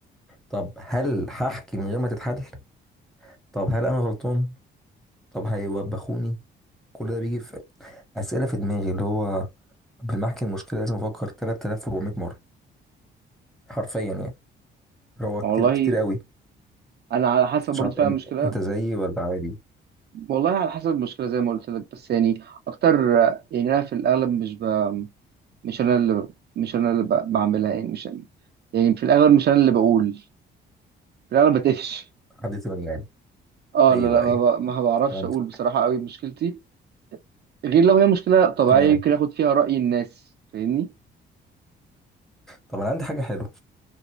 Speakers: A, in the centre; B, on the right (about 55°).
A: طب هل هحكي من غير ما تتحل طب هل انا غلطان طب هيوبخوني كل ده بيجي في اسئله في دماغي اللي هو بالمحكي المشكله لازم افكر 3400 مره حرفيا يعني اللي هو كتير
B: والله
A: كتير قوي
B: انا على حسب
A: مش
B: برضه
A: عارف
B: فاهم
A: انت
B: المشكله
A: انت زيي ولا عادي
B: والله على حسب المشكله زي ما قلت لك بس يعني اكتر آه، يعني انا في الاغلب مش ب... مش انا اللي مش انا اللي ب... بعملها يعني مش يعني يعني في الاغلب مش انا اللي بقول في الاغلب بتقفش
A: حد تاني يعني
B: اه
A: ايوه
B: لا لا
A: ايوه
B: ما, ب- ما بعرفش
A: فهمت
B: اقول بصراحة قوي مشكلتي غير لو هي مشكلة طبيعية
A: تمام
B: يمكن اخد فيها رأي الناس فاهمني
A: طب انا عندي حاجه حلوه